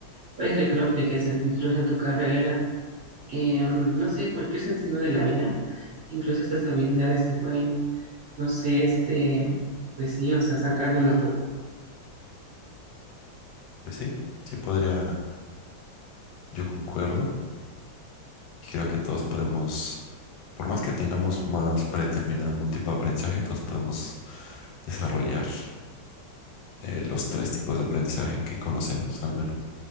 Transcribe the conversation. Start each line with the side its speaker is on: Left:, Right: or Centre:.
Right: puede ser que lo apliques en- incluso en tu carrera, em, no sé, en cualquier sentido de la vida. Incluso estas habilidades te pueden, no sé, este, pues sí, o sea, sacar de una
Left: Pues sí, sí podría, yo concuerdo y creo que todos podemos, por más que tengamos más predeterminado un tipo de aprendizaje, todos podemos desarrollar eh, los tres tipos de aprendizaje que conocemos, al menos.